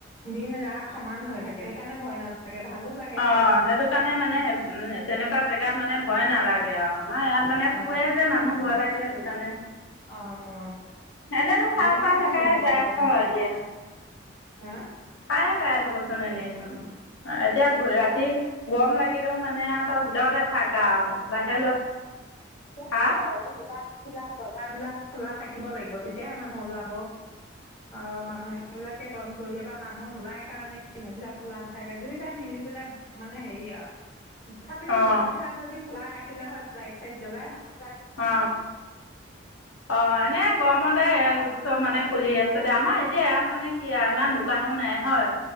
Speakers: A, on the left; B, on the left.
A: দিন ৰাত সমান হৈ থাকে সেইকাৰণে ভয় নালাগে। ভালো লাগে
B: অ
A: সেইকাৰণে
B: সেইটো কাৰণে মানে উ তেনেকুৱা জেগাত মানে। ভয় নালাগে আৰু। আমাৰ ইয়াত মানে
A: অ
B: শুৱে যে মানুহ ভয় লাগে সেইটো। সেইকাণে।
A: অ অ
B: এনেতো সাৰ
A: সেইকাৰণে
B: পা থাকাই
A: ভয়
B: যায়
A: লাগে তোমাৰ
B: হয় দিয়া।
A: হা
B: পায়ে পায়ে থাকোচোন এনেচোন। অ এতিয়া ৰাতি
A: অ
B: গৰম
A: নোলায়,
B: লাগিলেও মানে। মানে আও তই ভিতৰতে থাকা আৰু বাহিৰলৈ।
A: নোলাই
B: হা
A: আৰু এই দোকান বিলাক। বজাৰ বিলাক খোলা থাকিব লাগিব তেতিয়াহে মানুহ ওলাব। অ মানুহবিলাক। বন্ধ কৰি দিয়ে বা মানুহ নোলাই কাৰণে দোকান বিলাক খোলা নাথাকে দুইটাই মিলি পেলাই মানে হেৰি আৰু। তথাপিতো
B: অ
A: দোকান বিলাক যদি লাই ৰাখিলে হয় লাইট চাই চলাই <unintelligible>
B: অ, অ এনে
A: দোকানী
B: গৰমতে
A: বিলাকে বন্ধ
B: চব মানে খুলি আছে দে আমাৰ এতিয়া ইয়াত মানে হয় ইমান দোকানো নাই হয়।